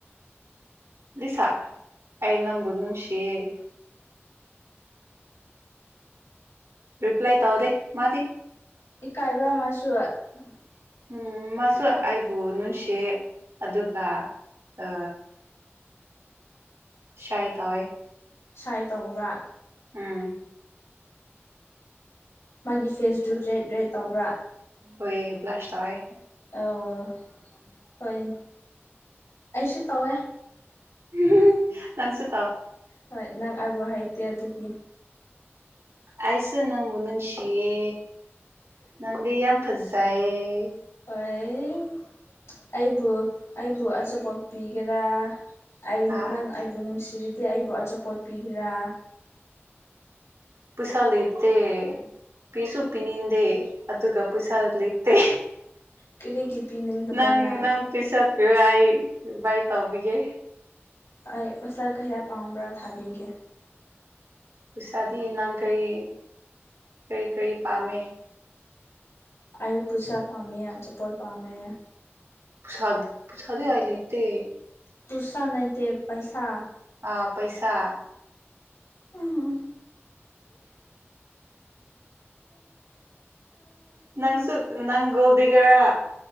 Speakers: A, on the right; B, on the left.
A: ꯂꯤꯁ ꯑꯩ ꯅꯡꯕꯨ ꯅꯨꯡꯁꯤꯌ‌ꯦ ꯔꯤꯄ꯭ꯂꯥꯏ ꯇꯧꯗꯦ ꯃꯥꯗꯤ
B: ꯏꯀꯥꯏꯕ꯭ꯔꯥ ꯃꯥꯁꯨ <inaudible>
A: ꯎꯝ ꯃꯥꯁꯨ ꯑꯩꯕꯨ ꯅꯨꯡꯁꯤꯌ‌ꯦ ꯑꯗꯨꯒ ꯑ ꯁꯥꯏꯗ ꯇꯧꯏ
B: ꯁꯥꯏ ꯇꯧꯕ꯭ꯔꯥ
A: ꯎꯝ
B: ꯃꯥꯒꯤ ꯐꯦꯁꯇ ꯔꯦꯗ ꯔꯦꯗ ꯇꯧꯕ꯭ꯔꯥ
A: ꯍꯣꯏ ꯕꯂꯁ ꯇꯌꯦ
B: ꯑꯣ ꯍꯣꯏ ꯑꯩꯁꯨ ꯇꯧꯋꯦ
A: <unintelligible> ꯅꯪꯁ
B: ꯍꯣꯏ ꯅꯪ ꯑꯩꯕꯨ ꯍꯩꯇꯦ ꯑꯗꯨꯒꯤ
A: ꯑꯁꯨ ꯅꯪꯕꯨꯅꯁꯤ ꯌꯦ ꯅꯪꯗꯤ ꯌꯥꯝ ꯐꯖꯥꯏ
B: ꯍꯣꯌ ꯑꯩꯕꯨ ꯑꯩꯕꯨ ꯑꯆꯥꯄꯣꯞꯄꯤꯒꯦꯔꯥ ꯑꯩ
A: ꯍꯥ
B: ꯅꯪ ꯑꯩꯕꯨ ꯅꯨꯡꯁꯤꯔꯤꯗꯤ ꯑꯩꯕꯨ ꯑꯆꯥꯄꯣꯠ ꯄꯤꯒꯦꯔꯥ
A: ꯄꯩꯁꯥ ꯂꯩꯇ‌ꯦ ꯄꯤꯁꯨ ꯄꯤꯅꯤꯡꯗꯦ ꯑꯗꯨꯒ ꯄꯩꯁꯥ ꯂꯩꯇꯦ
B: ꯀꯔꯤꯒꯤ ꯄꯤꯅꯤꯡꯗꯕ꯭ꯔꯅ
A: ꯅꯪ ꯅꯪ ꯄꯤꯁꯄꯤꯌꯣ ꯑꯩ ꯕꯥꯏ ꯇꯧꯕꯤꯒꯦ
B: ꯑꯩ ꯄꯩꯁꯥ ꯀꯌꯥ ꯄꯥꯝꯕ꯭ꯔꯥ ꯊꯥꯕꯤꯒꯦ
A: ꯄꯩꯁꯥꯗꯤ ꯅꯪ ꯀꯔꯤ ꯀꯔꯤ ꯀꯔꯤ ꯄꯥꯝꯃꯦ
B: ꯑꯌ ꯄꯨꯁꯥ ꯄꯥꯝꯃꯦ ꯑꯆꯥꯄꯣꯠ ꯄꯥꯝꯃꯦ
A: ꯄꯁꯥ ꯄꯁꯥꯗ ꯑꯥꯏ ꯂꯩꯇ
B: ꯄꯨꯁ ꯅꯠꯇ‌ꯦ ꯄꯩꯁꯥ
A: ꯑꯥ ꯄꯩꯁꯥ
B: ꯎꯝ
A: ꯅꯪꯁꯨ ꯅꯪ ꯒꯣꯜꯗꯤꯒꯔ